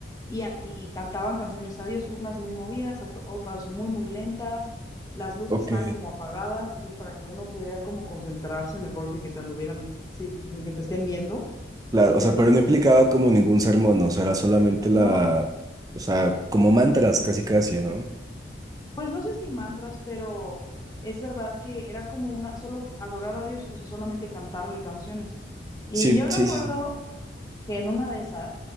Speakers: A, on the left; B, on the right.
A: y, a- y cantaban canciones a Dios, unas muy movidas, at- otras muy, muy lentas, las luces
B: Ok.
A: estaban como apagadas, entonces para que uno pudiera como concentrarse mejor sin que te anduvieran, sin sin que te estén viendo.
B: Claro,
A: Entonces...
B: o sea, pero no implicaba como ningún sermón, ¿no? O sea, era solamente la,
A: No,
B: o sea, como mantras casi casi, ¿no?
A: pues no sé si mantras, pero es verdad que era como una, solo adorar a Dios, o sea, solamente cantarle canciones. Y
B: Sí,
A: yo
B: sí,
A: me acuerdo
B: sí, sí.
A: que en una de esas